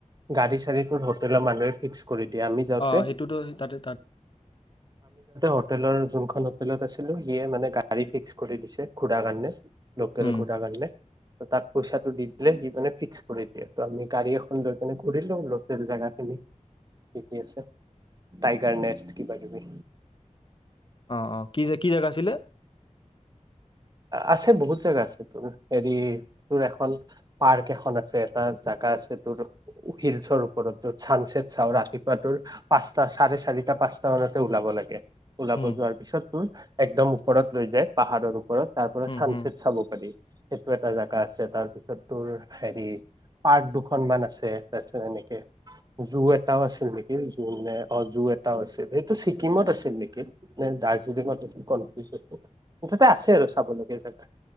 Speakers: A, on the right; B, on the left.
A: গাড়ী চাড়ী ত হোটেলৰ মানুহে ফিক্স কৰি দিয়া। আমি যাতে
B: অঁ সেইটোতো তাতে
A: হোটেলৰ যোনখন হোটেলত আছিলো সিয়ে মানে গা- গাড়ী ফিক্স কৰি দিছে ঘূৰা কাৰণে- লোকেল
B: তাতে
A: ঘোটাৰ লাগিলে তাক পইচাটো দি সি মানে ফিক্স কৰি। আমি গাড়ী এখন লৈ কেনে ঘূৰি লম লকেল জেগাখিনি। ঠিকেই আছে। টাইগাৰ নেষ্ট কিবা কিবি।
B: অ অ কি যে কি জেগা আছিলে?
A: আছে বহুত জেগা আছে তোৰ হেৰি তোৰ এখন পাৰ্ক এখন আছে, এটা জাগা আছে তোৰ হিলচৰ ওপৰত যত চানছেট চাওঁ ৰাতিপুৱা তোৰ পাঁচটা চাৰে চাৰিটা পাঁচটা মানতে ওলাব লাগে, ওলাব
B: উম
A: যোৱাৰ পিছত তোৰ একদম ওপৰত লৈ যায় পাহাৰৰ ওপৰত। তাৰ পৰা
B: উম
A: চানচট
B: হুম।
A: চাব পাৰি। সেইটো এটা জাগা আছে তাৰপিছত তোৰ হেৰি পাৰ্ক দুখনমান আছে। তাৰপিছত এনেকে জু এটাও আছিল নেকি জু নে অ জু এটাও আছিল সেইটো ছিকিমত আছিল নেকি নে দাৰ্জিলিঙত আছিল কনফিউজ আছিল মুঠতে আছে আৰু খাবলৈগে যেন